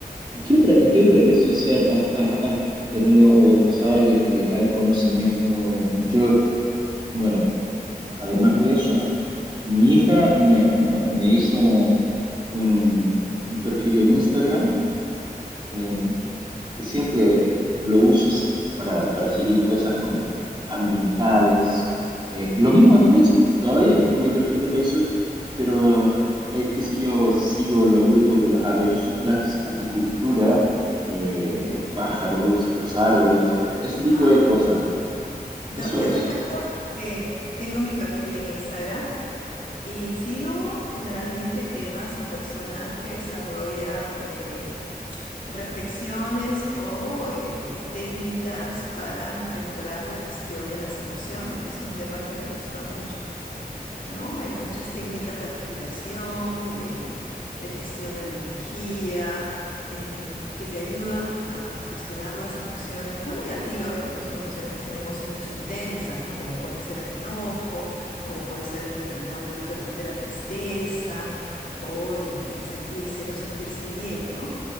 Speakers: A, on the right; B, on the left.
A: ¿Y qué otra, y qué otra red social has, has- has tenido o, o sabes de que hay conocimiento? Yo, bueno, además de eso, mi hija me, me- me hizo un, un perfil en Instagram eh, que siempre lo uso s- para, para seguir cosas como ambientales. Eh, lo mismo en Facebook, todavía tengo mi perfil de Facebook, pero eh, qué sé yo, sigo los grupos de las abejitas, apicultura, eh, los pájaros, los árboles, ese tipo
B: Ah,
A: de
B: qué
A: cosas.
B: hermoso. No,
A: Eso
B: yo
A: es,
B: te cuento que tengo mi perfil en Instagram y sigo generalmente temas o personas que desarrollan eh, reflexiones o eh, técnicas para mejorar la gestión de las emociones, que es un tema que me gusta mucho. ¿no? Hay muchas técnicas de respiración, de, de gestión de la energía, eh, que te ayudan a gestionar las emociones, no negativas, porque no son emociones, sino emociones intensas, ¿no? Como pueden ser el enojo, como puede ser en un determinado momento de repente la tristeza o el, el sentirse, no sentirse bien, ¿no?